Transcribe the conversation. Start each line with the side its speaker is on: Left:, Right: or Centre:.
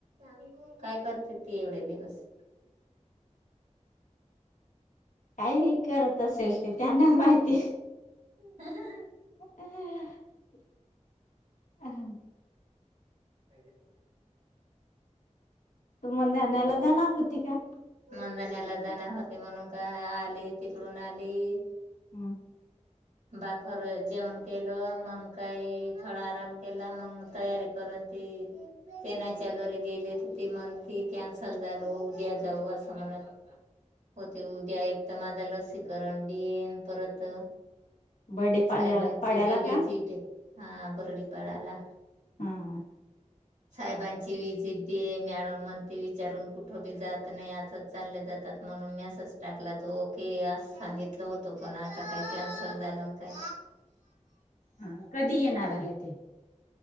Right: <unintelligible> काय करते ती एवढे दिवस?
Left: काहीही करत असेल ती त्यांना माहिती.
Right: ह ह ह.
Left: <inaudible> अह.
Right: <unintelligible>
Left: तू मंधण्याला जाणार होती का?
Right: मजण्याला जाणार होते म्हणून का आली तिकडून आली.
Left: हम्म.
Right: बाखर जेवण केलं मग काही थोडा आराम केला मग तयारी करून ती तेणाच्या घरी गेली तर ती म्हणती कॅन्सल झाल उद्या जाऊ, असं म्हणत होती उद्या एक तर माझं लसीकरण बी येईन परत
Left: बर्डे पाल्या
Right: साहेबांची
Left: पाड्याला
Right: बी विजिट
Left: का?
Right: आहे हा बरडी पडाला
Left: हा.
Right: साहेबांची विजिट बी आहे मॅडम म्हणते विचारून कुठी बी जात नाही असं चालले जातात म्हणून मेसेज टाकला तो ओके अस सांगितलं होत पण आता काही कॅनसल झालं काय?
Left: हा कधी येणार आहे ते?